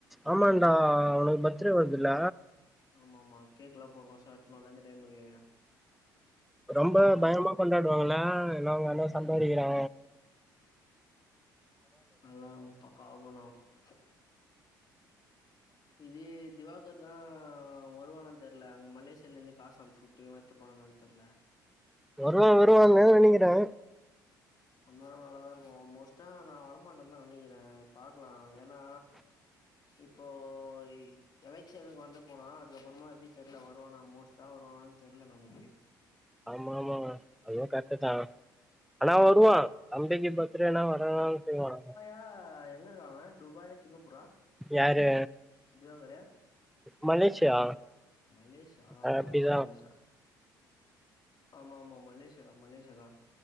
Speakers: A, in the centre; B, on the left.
A: ஆமான்டா அவனுக்கு பர்த்ரே வருதுல்ல
B: ஆமா ஆமா கேக்குலா போனா வர்ஷோ வெட்னோல இந்த டைமுக்கு
A: ரொம்ப
B: அதுதா
A: பயங்ரமா கொண்டாடுவாங்கள எல்லா அவுங்க அண்ணா சம்பாறிக்கிறா
B: அல்லா அவுங் இஸ்டோ <unintelligible> இது திவாகர்தா வருவானான் தெர்ல அங்க மலேசியலெந்தே காசு அம்ச்சுவுட்டு இவ எத்துப்பானா இன்னான் தெர்ல
A: வருவா வருவாந்தா நெனைக்கிறே
B: வந்தானா நல்லாதா இருக்கு மோஸ்ட்டா நா வரமாட்டாந்தா நெனைக்கிறே பாக்கலா ஏனா இப்போ ஒ இ எலெக்ஷனுக்கு வந்து போனா அதுக்கப்புறமா எப்டி தெர்ல வருவானா மோஸ்ட்டா வருவானான் தெர்ல நமக்கு
A: ஆமா ஆமாங்க அதுவு கர்ட்டுதா ஆனா
B: ஏன்னா
A: வருவா தம்பிக்கு பர்த்துறேனா வரதான் செய்வாங்க
B: அ எங்க இருக்கா அவ துபாயா சிங்கப்பூரா
A: யாரு
B: திவாகரு
A: மலேசியா
B: மலேசியா ஆ
A: அஹ் அப்படிதான்
B: மலேசியா மலேஷா ஆமா ஆமா மலேஷா மலேசியாதா